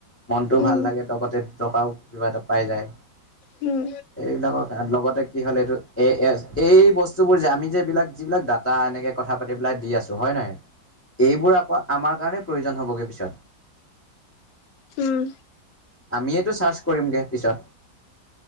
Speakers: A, on the left; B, on the left.
A: মনটো
B: উম
A: ভাল লাগে লগতে টকাও কিবা এটা পাই যায়।
B: উম,
A: এইবিলাকৰ লগতে কি হ'ল এইটো এ এছ এই বস্তু বোৰ যে আমি যে এইবিলাক যিবিলাক ডাটা এনেকে কথা পাতি পেলাই দি আছো হয় নাই এইবোৰ আকৌ আমাৰ কাৰণে প্ৰয়োজন হবগে পিছত
B: উম।
A: আমিয়েতো চাৰ্চ কৰিমগে পিছত